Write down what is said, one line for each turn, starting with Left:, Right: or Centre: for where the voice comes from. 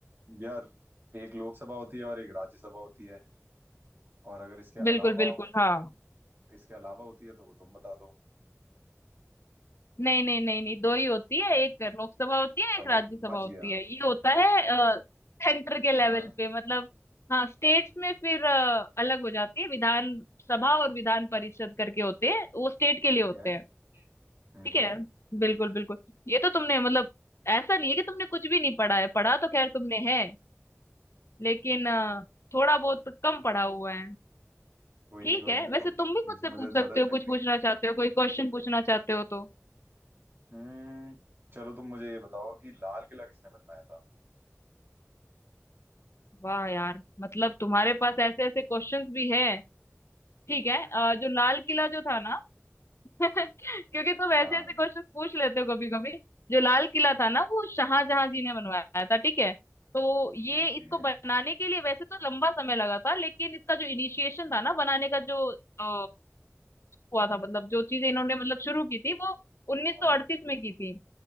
Right: यार एक लोकसभा होती है और एक राज्यसभा होती है और अगर इसके
Left: बिल्कुल
Right: अलावा
Left: बिल्कुल
Right: और
Left: हाँ
Right: इसके अलावा होती है तो वो तुम बता दो
Left: नहीं नहीं नहीं नहीं दो ही होती है एक लोकसभा होती है
Right: चलो
Left: एक राज्यसभा
Right: बच
Left: होती
Right: गया
Left: है ये होता है सेंटर के लेवल
Right: हाँ हाँ
Left: पे मतलब हाँ स्टेट्स में फिर अ, अलग हो जाती है विधान सभा और विधान परिषद करके होते हैं वो स्टेट के
Right: ठीक
Left: लिए होते
Right: है
Left: हैं
Right: हम्म
Left: ठीक
Right: हम्म,
Left: है बिल्कुल बिल्कुल ये तो तुमने मतलब ऐसा नहीं है कि तुमने कुछ भी नहीं पढ़ा है पढ़ा तो खैर तुमने है लेकिन अ, थोड़ा बहुत तो कम पढ़ा हुआ है
Right: कोई
Left: ठीक
Right: नहीं कोई
Left: है
Right: नहीं
Left: वैसे
Right: तो तुमसे
Left: तुम भी मुझसे
Right: मुझे
Left: पूछ सकते
Right: मदद
Left: हो
Right: मिल
Left: कुछ
Right: रही
Left: पूछना चाहते हो कोई क्वेश्चन पूछना चाहते हो तो
Right: है हम्म चलो तुम मुझे ये बताओ कि लाल किला किसने बनवाया
Left: वाह यार मतलब तुम्हारे पास ऐसे ऐसे क्वेश्चंस भी है ठीक है
Right: था
Left: अ, जो लाल किला जो था ना <laughs> क्योंकि तुम ऐसे
Right: हाँ
Left: ऐसे क्वेश्चंस पूछ लेते हो कभी कभी जो लाल किला था ना वो शाहजहां जी ने बनवाया था ठीक है तो ये
Right: ओके
Left: इसको बनाने के लिए वैसे तो लंबा समय लगा था लेकिन इसका जो इनिशिएशन था ना बनाने का जो अ, हुआ था मतलब जो चीजें इन्होंने मतलब शुरू की थी वो 1938
Right: हाँ
Left: में की थी